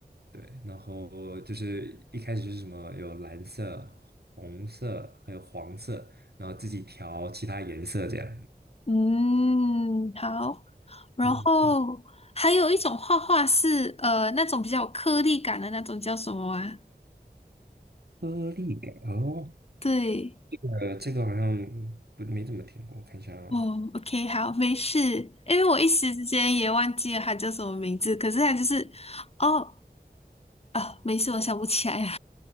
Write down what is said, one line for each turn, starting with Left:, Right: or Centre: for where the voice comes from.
Right: 对。然后就是一开始就是什么有蓝色、红色，还有黄色，然后自己调其他颜色这样。
Left: 嗯，好。然后还有一种画画是呃那种比较有颗粒感的那种，
Right: 嗯，
Left: 叫什么啊？
Right: 颗粒感哦。
Left: 对，
Right: 呃，这个好像不没怎么听过，我看一下啊，
Left: 哦，OK，好，没事，因为我一时之间也忘记了他叫什么名字，可是他就是，哦，啊，没事，我想不起来了。